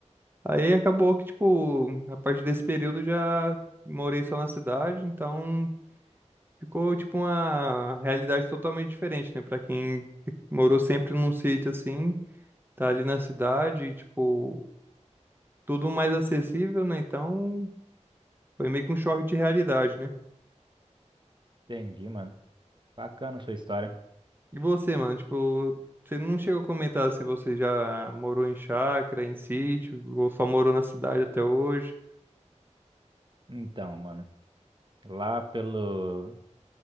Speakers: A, on the right; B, on the right.
A: Aí acabou que, tipo, a partir desse período eu já morei só na cidade, então ficou, tipo, uma realidade totalmente diferente, né? Pra quem morou sempre num sítio assim, tá ali na cidade, tipo, tudo mais acessível, né? Então foi meio que um choque de realidade, né?
B: Entendi, mano. Bacana a sua história.
A: E você, mano, tipo, você não chegou a comentar se você já morou em chácara, em sítio, ou só morou na cidade até hoje.
B: Então, mano, lá pelo.